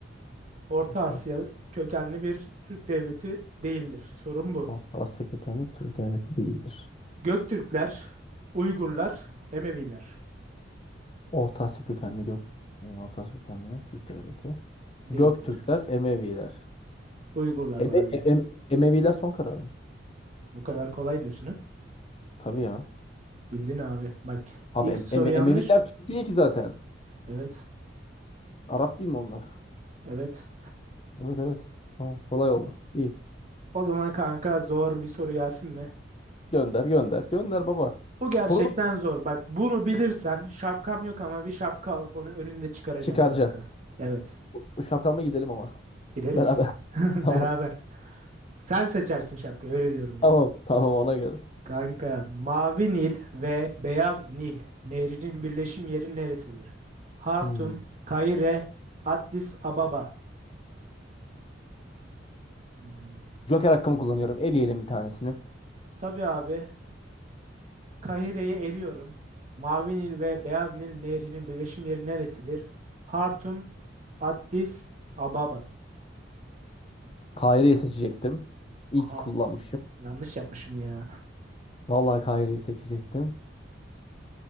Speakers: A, on the right; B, on the left.
A: Orta
B: Orta,
A: Asya kökenli bir Türk devleti değildir. Sorun bu.
B: Orta Asya kökenli Türk devleti değildir.
A: Göktürkler, Uygurlar, Emeviler
B: Orta Asya kökenli gök Orta Asya kökenli Türk devleti.
A: değildir.
B: Göktürkler, Emeviler.
A: Uygurlar
B: Eme,
A: var bir de.
B: em- Emeviler son kararım.
A: Bu kadar kolay diyorsun ha?
B: Tabii ya.
A: Bildin abi. Bak
B: Abi
A: ilk
B: em,
A: soru
B: Eme-
A: yanlış.
B: Emeviler Türk değil ki zaten.
A: Evet.
B: Arap değil mi onlar?
A: Evet.
B: Evet evet. Tamam, kolay oldu. İyi.
A: O zaman kanka zor bir soru gelsin mi?
B: Gönder gönder. Gönder baba.
A: Bu gerçekten
B: Soru da
A: zor. Bak bunu bilirsen şapkam yok ama bir şapka alıp onu önünde çıkaracağım
B: çıkaracaksın.
A: kanka. Evet.
B: Bu Şapkanla gidelim ama.
A: Gideriz.
B: Beraber.
A: <laughs>
B: <laughs> Tamam.
A: Beraber. Sen seçersin şapkayı öyle diyorum yani.
B: Tamam. Tamam ona göre.
A: Kanka, Mavi Nil ve Beyaz Nil nehrinin birleşim yeri neresidir? Hartum,
B: Hmm.
A: Kahire, Addis Ababa. Hmm.
B: Joker hakkımı kullanıyorum. Eleyelim bir tanesini.
A: Tabii abi, Kahire'yi eliyorum. Mavi Nil ve Beyaz Nil nehrinin birleşim yeri neresidir? Hartum, Addis Ababa.
B: Kahire'yi seçecektim. İyi
A: Aha,
B: ki kullanmışım.
A: yanlış yapmışım ya. <laughs>
B: Vallahi Kahire'yi seçecektim.